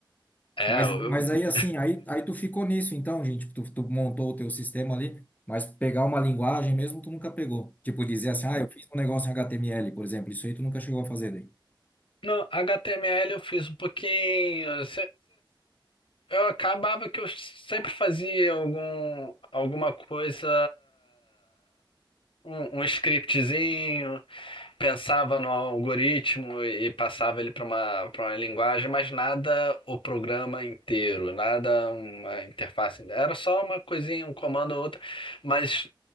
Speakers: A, on the left; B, on the left.
A: É,
B: mas,
A: eu,
B: mas
A: eu-
B: aí assim, aí, aí tu ficou nisso, então, gente, tu, tu montou o teu sistema ali, mas pegar uma linguagem mesmo, tu nunca pegou. Tipo, dizer assim, ah, eu fiz um negócio em HTML, por exemplo, isso aí tu nunca chegou a fazer daí.
A: no HTML eu fiz um pouquinho. Eu acabava que eu sempre fazia algum, alguma coisa, um, um scriptzinho, pensava no algoritmo e passava ele para uma, para uma linguagem, mas nada o programa inteiro, nada uma interface. Era só uma coisinha, um comando ou outro, mas